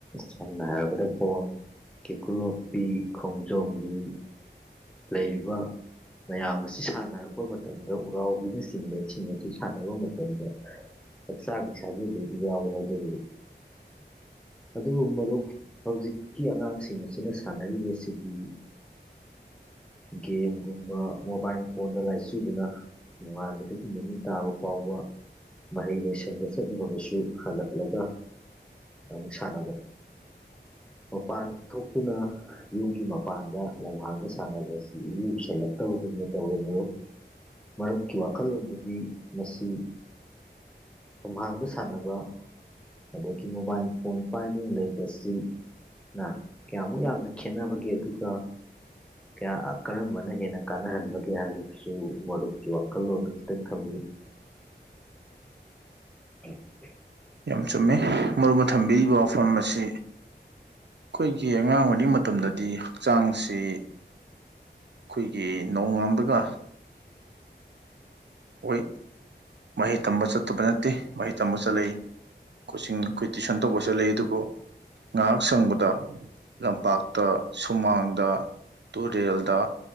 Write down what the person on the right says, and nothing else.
ꯌꯥꯝ ꯆꯨꯝꯃꯦ ꯃꯔꯨ ꯑꯣꯏꯅ ꯊꯝꯕꯤꯔꯤꯕ ꯋꯥꯐꯝ ꯑꯁꯤ ꯑꯩꯈꯣꯏꯒꯤ ꯑꯉꯥꯡ ꯑꯣꯏꯔꯤꯉꯩ ꯃꯇꯝꯗꯗꯤ ꯍꯛꯆꯥꯡꯁꯤ꯫ ꯑꯩꯈꯣꯏꯒꯤ ꯅꯣꯡꯉꯥꯟꯕꯒ ꯍꯣꯏ ꯃꯍꯩ ꯇꯝꯕ ꯆꯠꯇꯕ ꯅꯠꯇꯦ ꯃꯍꯩ ꯇꯝꯕ ꯆꯠꯂꯛꯏ꯫ ꯀꯣꯆꯤꯡ ꯑꯩꯈꯣꯏ ꯇꯨꯏꯁꯟ ꯇꯧꯕꯁꯨꯦ ꯂꯩ ꯑꯗꯨꯕꯨ ꯉꯥꯏꯍꯥꯛ ꯁꯪꯕꯗ꯫ ꯂꯝꯄꯥꯛꯇ ꯁꯨꯃꯥꯡꯗ ꯇꯨꯔꯦꯜꯗ